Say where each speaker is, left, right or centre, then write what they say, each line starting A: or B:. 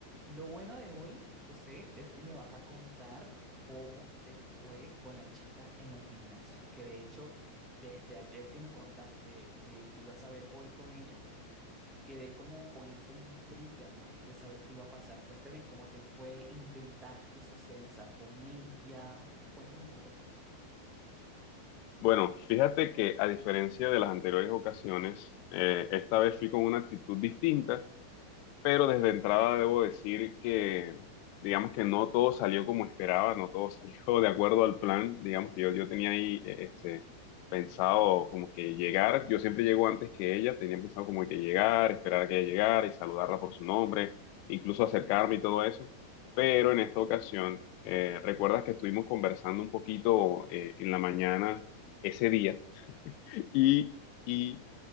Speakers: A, on the right (about 15°); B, on the left (about 45°).
A: Lo bueno de hoy, José, es que me vas a contar cómo te fue con la chica en el gimnasio, que de hecho, desde ayer que me contaste que te ibas a ver hoy con ella, quedé como con esa intriga, ¿no? De saber qué iba a pasar. Cuéntame cómo te fue, intentaste socializar con ella, cuéntame cómo te fue.
B: Bueno, fíjate que a diferencia de las anteriores ocasiones, eh, esta vez fui con una actitud distinta pero desde entrada debo decir que, digamos que no todo salió como esperaba, no todo <laughs> salió de acuerdo al plan, digamos que yo, yo tenía ahí eh, este, pensado como que llegar, yo siempre llego antes que ella, tenía pensado como que llegar, esperar a que ella llegara y saludarla por su nombre, incluso acercarme y todo eso, pero en esta ocasión, eh, recuerdas que estuvimos conversando un poquito eh, en la mañana ese día y... Y